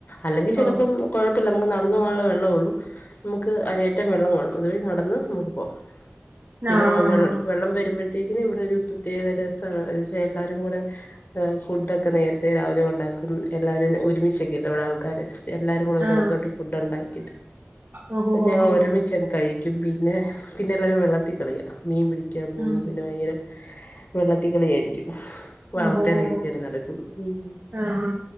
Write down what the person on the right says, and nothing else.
ഓ
ആ ആ
ആ
ആ
ഓ ഹോ ഹോ
ഹോ ഹോ
ഉം
ആ ഹോ ഹോ ഹോ
ആ ആ